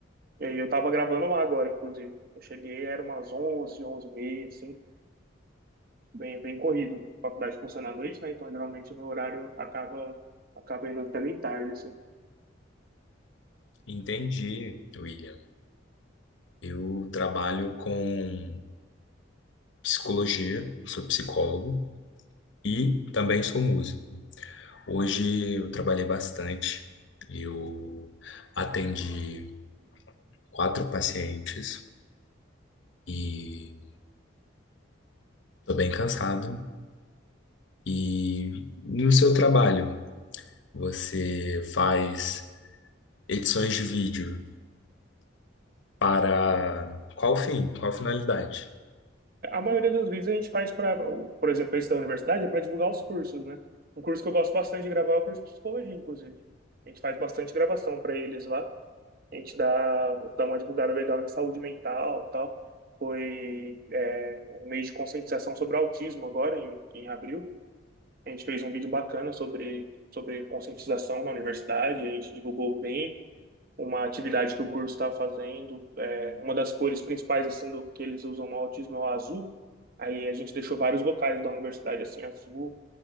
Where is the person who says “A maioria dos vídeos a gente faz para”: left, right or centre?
Right